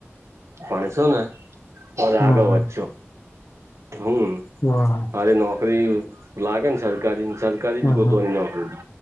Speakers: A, on the right (about 80°); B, on the left (about 70°).
A: ભણસો ને તોજ
B: હમ
A: આગળ
B: હમ
A: વધશો. હમ્મ.
B: <unintelligible>
A: અરે નોકરી લાગે ને સરકારી સરકારી
B: હા
A: જ કોતની
B: હા
A: નોકરી તો.